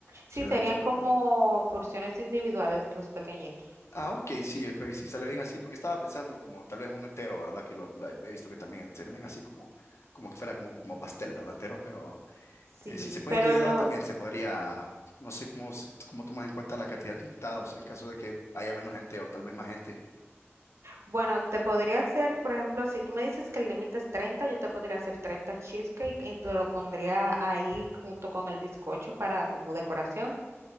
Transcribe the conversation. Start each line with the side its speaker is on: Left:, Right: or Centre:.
Right: Sí,
Left: posiblemente
Right: serían
Left: un,
Right: como porciones individuales, los pequeñitos.
Left: Ah, ok, sí, ok, sí, sale bien así, porque estaba pensando como tal vez un entero, ¿verdad? Que lo, la- he visto que también se venden así como, como que fuera como, como pastel, ¿verdad? Entero, pero
Right: Sí,
Left: eh, si se puede
Right: pero
Left: individual
Right: lo,
Left: también se podría, no sé cómo, se- cómo tomas en cuenta la cantidad de invitados en caso de que haya menos gente o tal vez más gente.
Right: Bueno, te podría hacer, por ejemplo, si tú me dices que el límite es 30, yo te podría hacer 30 cheesecake y te lo pondría ahí junto con el bizcocho para como decoración.